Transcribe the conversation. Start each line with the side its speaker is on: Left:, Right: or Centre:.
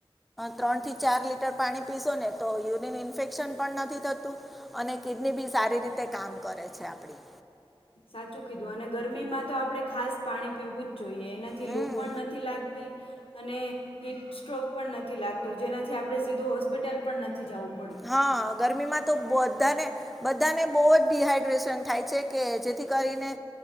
Centre: ત્રણ થી ચાર લીટર પાણી પીશો ને તો યુરિન ઈન ઇન્ફેક્શન પણ નથી થતું અને કિડની બી સારી રીતે કામ કરે છે આપણી.
Left: સાચું કીધું અને ગરમીમાં તો આપણે ખાસ પાણી પીવું જ જોઈએ. એનાથી
Centre: હમ
Left: લૂ પણ નથી લાગતી અને હિટ સ્ટ્રોક પણ નથી લાગતો જેનાથી આપણે સીધું હોસ્પિટલ પણ નથી જાવું
Centre: હા ગરમીમાં તો બધા ને બધાને બહુ જ ડીહાઈડ્રેશન થાય છે કે જેથી કરીને